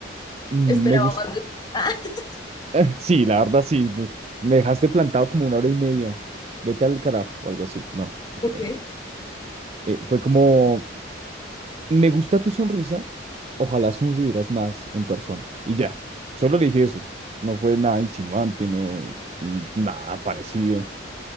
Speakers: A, on the right; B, on the left.
A: mm,
B: Esperaba
A: me gusta,
B: más de... Ah, <laughs>
A: <laughs> sí, la verdad sí, me me dejaste plantado como una hora y media, vete al carajo o algo así, no, mentira,
B: Ok.
A: no. Eh, fue como, me gusta tu sonrisa, ojalá sonrieras más en persona. Y ya, solo le dije eso. No fue nada insinuante, no, n- nada parecido.